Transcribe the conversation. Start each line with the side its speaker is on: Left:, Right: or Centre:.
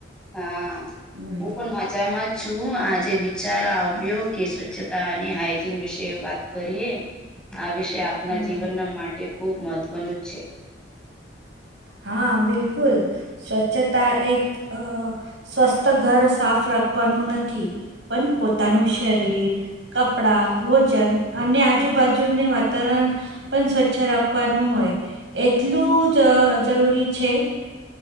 Centre: હા
Right: હમ
Centre: હું પણ મજામાં જ. છું આજે વિચાર આવ્યો કે સ્વચ્છતા અને હાઈજીન વિશે વાત કરીએ. આ વિષય આપના
Right: હમ
Centre: જીવનના માટે ખૂબ મહત્વનું જ છે.
Right: હા બિલકુલ. સ્વચ્છતા એક અ સ્વસ્થ ઘર સાફ રાખવાનું નથી. પણ પોતાનું શરીર કપડાં ભોજન અને આજુબાજુને વાતાવરણ પણ સ્વચ્છ રાખવાનું હોય એટલું જ જરૂરી છે.